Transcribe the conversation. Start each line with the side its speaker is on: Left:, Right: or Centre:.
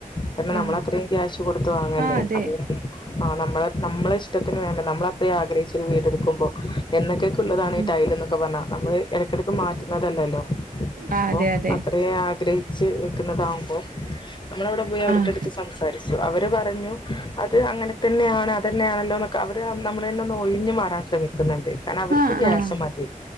Left: പ.
Right: ആഹ്
Left: നമ്മള അത്രം ക്യാഷ് കൊടുത്ത് വാങ്ങല്ലേ
Right: ആഹ് അതെ
Left: അതൊണ്ടി.. ആഹ നമ്മളെ നമ്മളെ ഇഷ്ടത്തിന് വേണ്ട നമ്മള.. ത്രി ആഗ്രഹിച്ച ഒരു വീട് ടുക്കുമ്പോ എന്നൊക്കൊക്ക ഉള്ളതാണ്
Right: ഉം
Left: ഈ ടൈൽ ന്നൊക്കെ പറഞ്ഞാ നമ്മള് എ ടകെടക്ക്. മാറ്റ.. റ്റുന്നതല്ലല്ലോ അപ്പം
Right: ആഹ് അതെ അതെ
Left: അത്രീ.. ഗ്രഹിച്ച് എത്തുന്നാതാവുമ്പോ നമ്മൾ അവിടെ പോയി അവരുടെടുത്ത്
Right: ആഹ്
Left: സംസാരിച്ചു അവര് പറഞ്ഞു.. അത് അങ്ങനെ തന്നെയാണ് അത് തന്നെയാണല്ലോ ന്നൊക്കെ അവര് നമ്മളന്നെ ഒന്ന് ഒഴിഞ്ഞഞ് മാറാൻ ശ്രമിക്കുന്നുണ്ട്.. കാരണം അവർക്ക്
Right: ആഹ്
Left: ക്യഷ്
Right: ആഹ്
Left: മാതി..